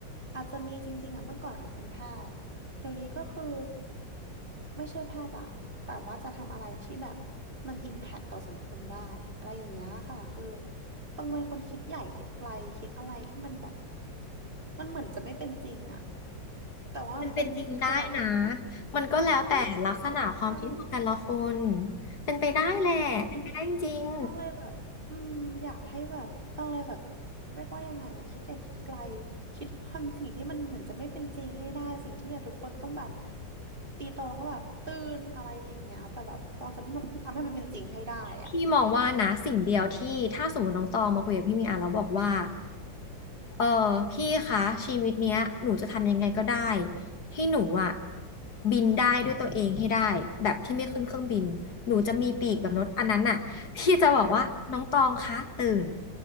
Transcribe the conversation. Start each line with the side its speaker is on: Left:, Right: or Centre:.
Right: อาจจะมีจริงๆอ่ะเมื่อก่อนอาจจะเป็นแพทย์เดี๋ยวนี้ก็คือ ไม่ใช่แพทย์ละแต่ว่าจะทำอะไรที่แบบมันอิมแพคต่อสังคมได้อะไรอย่างเงี้ยค่ะ คือต้องเป็นคนคิดใหญ่คิดไกลคิดอะไรที่มันแบบมันเหมือนจะไม่เป็นจริงอะแต่ว่าจะทำจะแบบมัน
Left: มันเป็นจริงได้นะมันก็แล้วแต่ลักษณะความคิดของแต่ละคน
Right: นั่นคือใช่
Left: เป็นไปได้แหละเป็นไปได้จริง
Right: ใช่ ต้องเลยแบบอืมอยากให้แบบต้องเลยแบบเรียกว่ายังไงอะคิดใหญ่คิดไกลคิดทำสิ่งที่มันเหมือนจะไม่เป็นจริงให้ได้สิ่งที่แบบทุกคนต้องแบบตีตรงแล้วก็แบบตื่นอะไรอย่างเงี้ยแต่แบบต้องทำให้มันทำให้มันเป็นจริงให้ได้อ่ะ
Left: พี่มองว่านะสิ่งเดียวที่ถ้าสมมติน้องตองมาคุยกับพี่มีอ่ะแล้วบอกว่าเออพี่คะชีวิตเนี้ยหนูจะทำยังไงก็ได้ให้หนูอ่ะบินได้ด้วยตัวเองให้ได้แบบที่ไม่ขึ้นเครื่องบินหนูจะมีปีกแบบนกอันนั้นน่ะพี่จะบอกว่าน้องตองคะตื่น